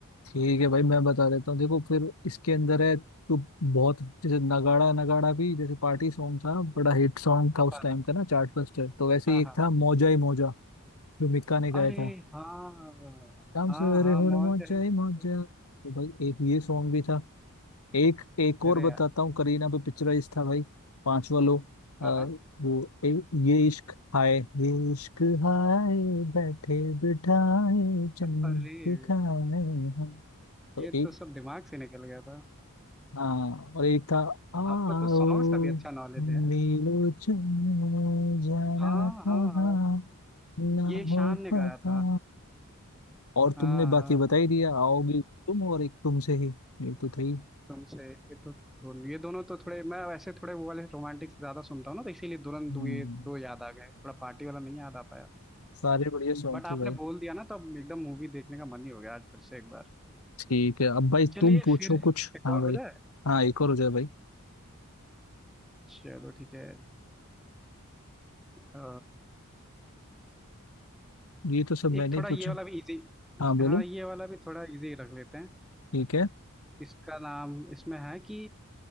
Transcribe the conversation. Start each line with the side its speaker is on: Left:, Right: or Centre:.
Left: ठीक है भाई मैं बता देता हूँ देखो फिर इसके अंदर है तो बहुत जैसे नगाड़ा नगाड़ा भी जैसे पार्टी सॉन्ग था बड़ा हिट सॉन्ग था उस
Centre: हाँ
Left: टाइम का ना चार्ट बस्टर तो वैसे
Centre: हाँ
Left: ही एक
Centre: हाँ,
Left: था मौजा ही मौजा जो मिक्का ने गाया
Centre: अरे
Left: था
Centre: हाँ
Left: शाम
Centre: हाँ
Left: सवेरे
Centre: हाँ
Left: हुण
Centre: मौज
Left: मौजा
Centre: है मौज
Left: ही मौजा तो भाई एक ये सॉन्ग भी था एक एक
Centre: है।
Left: और
Centre: अरे
Left: बताता
Centre: यार
Left: हूँ करीना पे पिक्चराइज था भाई पांचवा लो अ,
Centre: हाँ हाँ
Left: वो ए, ये इश्क हाय ये इश्क हाय बैठे बिठाए जन्नत
Centre: अरे
Left: दिखाए हम। तो
Centre: ये
Left: एक
Centre: तो सब दिमाग से निकल गया था
Left: हाँ और एक था आओ
Centre: आपको तो सॉन्ग्स का भी अच्छा नॉलेज
Left: हम
Centre: है
Left: मिलो चलो जाना
Centre: हाँ
Left: कहाँ
Centre: हाँ हाँ
Left: ना
Centre: ये
Left: हो
Centre: शान ने गाया
Left: पता
Centre: था
Left: और
Centre: हाँ
Left: तुमने बाकी
Centre: हाँ
Left: बता
Centre: हाँ
Left: ही दिया आओगी तुम और एक तुमसे ही ये तो थे ही
Centre: तुमसे ये तो थो- ये दोनों तो थोड़े मैं वैसे थोड़े वो वाले रोमांटिक ज्यादा सुनता हूँ ना तो इसीलिए तुरंत
Left: हम्म,
Centre: दो ये दो याद आ गए थोड़ा पार्टी वाला नहीं याद आ पाया
Left: सारे बढ़िया सॉन्ग
Centre: बट आपने
Left: थे भाई
Centre: बोल दिया ना तो अब एकदम मूवी देखने का मन ही हो गया आज फिर से एक बार
Left: ठीक है अब भाई
Centre: चलिए
Left: तुम पूछो
Centre: फिर
Left: कुछ
Centre: एक
Left: हाँ
Centre: और
Left: भाई
Centre: हो जाए
Left: हाँ एक और हो जाए भाई
Centre: चलो ठीक है अ,
Left: ये तो सब
Centre: एक
Left: मैंने
Centre: थोड़ा
Left: ही पूछे
Centre: ये वाला भी इजी
Left: हाँ बोलो
Centre: हाँ ये वाला भी थोड़ा इजी रख लेते हैं
Left: ठीक है
Centre: इसका नाम इसमें है कि